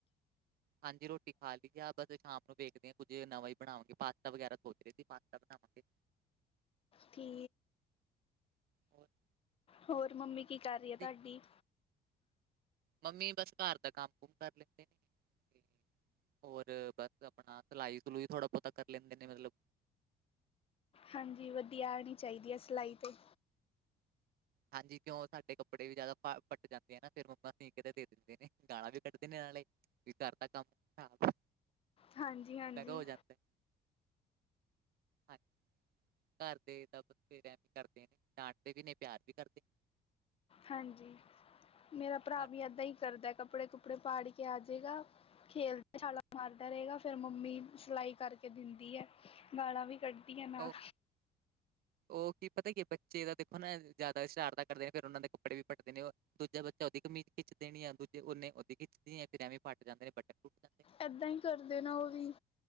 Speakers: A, on the right; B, on the left.
A: ਹਾਂਜੀ ਰੋਟੀ ਖਾ ਲਈ ਆ ਬਸ ਸ਼ਾਮ ਨੂੰ ਵੇਖਦੇ ਕੁੱਝ ਨਵਾਂ ਹੀ ਬਣਾਵਾਂਗੇ ਪਾਸਤਾ ਵਗੈਰਾ ਸੋਚ ਰਹੇ ਸੀ ਪਾਸਤਾ ਬਣਾਵਾਂਗੇ
B: ਠੀ
A: ਹੋਰ <unintelligible>
B: ਹੋਰ ਮੰਮੀ ਕੀ ਕਰ ਰੀ
A: ਤੁਸੀਂ
B: ਆ ਤਾੱਡੀ।
A: ਮੰਮੀ ਬਸ ਘਰ ਦਾ ਕੰਮ ਕੁਮ ਕਰ ਲੈਂਦੇ ਤੇ ਹੋਰ ਬਸ ਆਪਣਾ ਸਲਾਈ ਸਲੂਈ ਥੋੜ੍ਹਾ ਬੋਤਾ ਕਰ ਲੈਂਦੇ ਨੇ ਮਤਲਬ
B: ਹਾਂਜੀ ਵਧੀਆ ਆਣੀ ਚਾਹੀਦੀ ਏ ਸਿਲਾਈ 'ਤੇ
A: ਹਾਂਜੀ ਕਿਉਂ ਸਾਡੇ ਕੱਪੜੇ ਵੀ ਜ਼ਾਦਾ ਪੱਟ ਜਾਂਦੇ ਆ ਨਾ ਫੇਰ ਮੰਮਾ ਸੀਕੇ ਤੇ ਦੇ ਦਿੰਦੇ ਨੇ ਗਾਲਾਂ ਵੀ ਕੱਢਦੇ ਨੇ ਨਾਲੇ ਕਰਰ ਦਾ ਕੰਮ <unintelligible>
B: ਹਾਂਜੀ ਹਾਂਜੀ
A: ਮੈਗਾ ਹੋ ਜਾਂਦਾ ਹਾਂਜੀ <unintelligible> ਘਰ ਦੇ ਤਾਂ ਬੇ ਕਰਦੇ ਨੇ ਡਾਂਟਦੇ ਵੀ ਨੇ ਪਿਆਰ ਵੀ ਕਰਦੇ
B: ਹਾਂਜੀ ਮੇਰਾ
A: ਨੇ
B: ਭਰਾ
A: ਘਰ
B: ਵੀ
A: ਦੇ
B: ਏਦਾਂ ਈ ਚਲਦਾ ਕੱਪੜੇ ਕੁਪੜੇ ਪਾੜ ਕੇ ਆਜੇਗਾ। ਖੇਲਦੇ ਛਾਲਾ ਮਾਰਦਾ ਰਹੇਗਾ ਫਿਰ ਮੰਮੀ ਸਲਾਈ ਕਰਕੇ ਦਿੰਦੀ ਹੈ ਗਾਲਾਂ ਵੀ ਕੱਢ <unintelligible> ਨਾਲ
A: ਉਹ ਉਹ ਕੀ ਪਤਾ ਕੀ ਬੱਚੇ ਦਾ ਦੇਖੋ ਨਾ ਜ਼ਿਆਦਾ ਸ਼ਰਾਰਤਾਂ ਦਾ ਕਰਦੇ ਨੇ ਫਿਰ ਉਹਨਾਂ ਦੇ ਕੱਪੜੇ ਵੀ ਪੱਟਦੇ ਨੇ ਉਹ ਦੂਜਾ ਬੱਚਾ ਉਹਦੀ ਕਮੀਜ਼ ਖਿੱਚ ਦੇਣੀ ਆ ਦੂਜੇ ਉਹਨੇ ਉਹਦੀ ਖਿੱਚਦੀ ਹੈ ਫਿਰ ਐਵੇਂ ਫੱਟ ਜਾਂਦੇ ਨੇ ਬੱਟਰ ਫੱਟ ਜਾਂਦੇ ਨੇ
B: ਇੱਦਾਂ ਹੀ ਕਰਦੇ ਨਾ ਉਹ ਵੀ